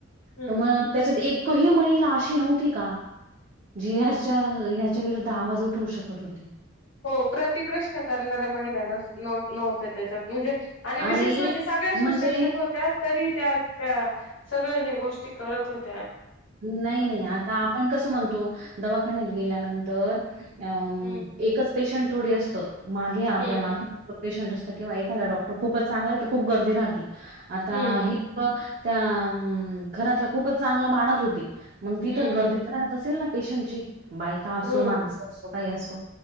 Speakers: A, on the left; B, on the right.
A: हं,
B: तर मग
A: हं.
B: त्याच्यात एकही महिला न्ह का विरूध्द उठवू शकत होती
A: हो प्रति प्रश्न करणाऱ्या महिन्याना नव्हते त्याच्यात म्हणजे आणि विशेष
B: अरे
A: म्हणजे सगळ्या सुशिक्षित
B: म्हणजे
A: होत्या तरी त्या त्या सगळे हे गोष्टी करत होते
B: नाही नाही आता आपण कसं म्हणतो दवाखान्यात
A: हं,
B: गेल्यानंतर अ
A: हं,
B: एकच पेशंट थोडी असतं मागे आपल्या
A: हं,
B: मागे
A: हं.
B: पेशंट असतो किंवा एखादा डॉक्टर खूपच चांगला खूप गर्दी राह आता
A: हं, हं.
B: हे त्या खरातलं खूपच चांगलं माणत होती मग तिथं
A: हं,
B: गर्दीच
A: हं.
B: राहत असेल ना पेशंटची बाय का असो
A: हो,
B: माणस असो काही असो